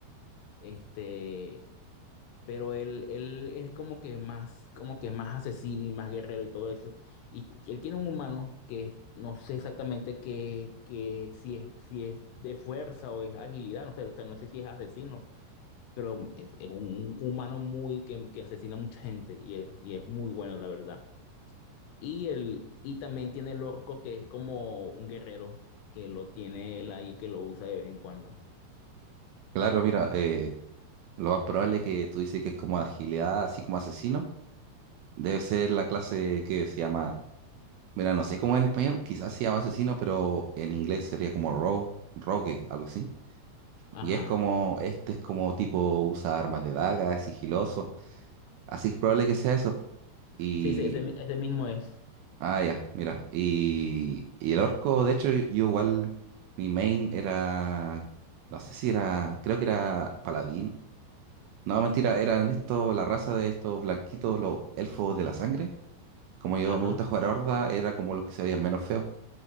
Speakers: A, on the left (about 75°); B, on the right (about 80°).
A: Este, pero él, él es como que más, como que más asesino y más guerrero y todo eso. Y él tiene un humano que no sé exactamente qué, qué, si es, si es de fuerza o es agilidad, no sé, o sea, no sé si es asesino, pero es, es un humano muy que, que asesina a mucha gente y es, y es muy bueno, la verdad. Y el, y también tiene el orco que es como un guerrero, que lo tiene él ahí, que lo usa de vez en cuando.
B: Claro, mira, eh, lo más probable que tú dices que es como agilidad, así como asesino, debe ser la clase que se llama, mira, no sé cómo en español, quizás se llama asesino, pero en inglés sería como rogue, rogue, algo así.
A: Ajá.
B: Y es como, este es como tipo usa armas de daga, es sigiloso, así que es probable que sea eso. Y
A: Sí, sí, ese, ese mismo es.
B: Ah, ya, mira. Y, y el orco, de hecho, yo, yo igual, mi main era, no sé si era, creo que era paladín. No, mentira, eran estos, la raza de estos blanquitos, los elfos de la sangre. Como yo
A: Ajá.
B: me gusta jugar horda, era como los que se veían menos feos.